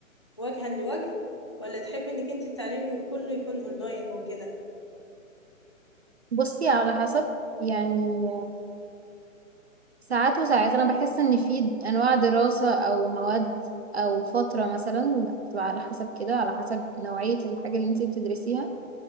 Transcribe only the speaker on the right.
بصي على حسب يعني ساعات وساعات انا بحس ان في انواع دراسة او مواد او فترة مثلا بتبقى على حسب كده على حسب نوعية الحاجة اللي انت بتدرسيها